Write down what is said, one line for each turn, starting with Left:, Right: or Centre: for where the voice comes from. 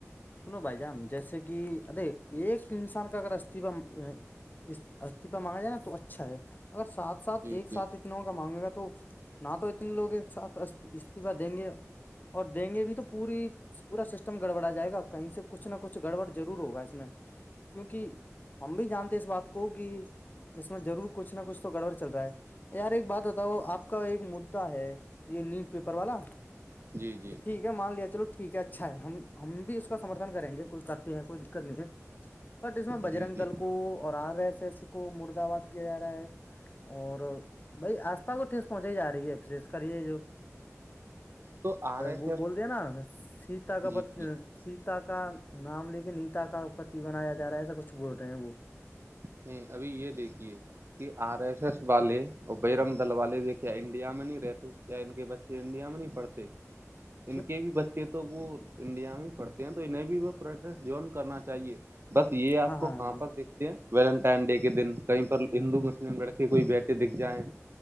Left: سنو بھائی جان جیسے کہ ارے ایک انسان کا اگر استفا استفا مانگا جائے نا تو اچھا ہے اگر سات ساتھ
Right: جی
Left: ایک
Right: جی
Left: ساتھ اتنوں کا مانگے گا تو نہ تو اتنے لوگ ایک ساتھ استفا دیں گے اور دیں گے بھی تو پوری پورا سسٹم گڑبڑا جائے گا کہیں سے کچھ نہ کچھ گڑبڑ ضرور ہوگا اس میں کیونکہ ہم بھی جانتے اس بات کو کہ اس میں ضرور کچھ نہ کچھ تو گڑبڑ چل رہا ہے یار ایک بات بتاؤ آپ کا ایک مدا ہے یہ نیوز پیپر والا
Right: جی جی
Left: ٹھیک ہے مان لیا چلو ٹھیک ہے اچھا ہے ہم بھی اس کا سمتھن کریں گے کوئی کرتے ہیں کوئی دقت نہیں ہے بٹ اس میں بجرنگ
Right: جی جی
Left: دل کو کو اور آر ایس ایس کو مردباد کیا جا رہا ہے اور بھائی آستھا کو ٹھس پہنچ ہی جا رہی ہے کریے جو
Right: تو آر ایس
Left: وہ
Right: ایس
Left: بولتے ہیں نا سیتا
Right: جی
Left: کا پ
Right: جی
Left: نیتا کا نام لے کے نیتا کا پتی بنایا جا رہا ہے ایسا کچھ بول رہے ہیں وہ
Right: نہیں ابھی یہ دیکھیے کہ آر ایس ایس والے اور برنگ دل والے دیکھے انڈیا میں نہیں رہتے ان کے بچے انڈیا میں نہیں پڑھتے
Left: <inaudible>
Right: ان کے بھی بچے تو وہ انڈیا میں پڑھتے ہیں تو انہیں بھی وہ جون کرنا چاہیے بس یہ آپ
Left: ہاں
Right: کو
Left: ہاں
Right: کہاں
Left: جی
Right: پر دیکھتے ہیں ویلنٹائن ڈے کے دن کہیں پر ہندو مسلم لڑکے کوئی بیٹھے دکھ جائیں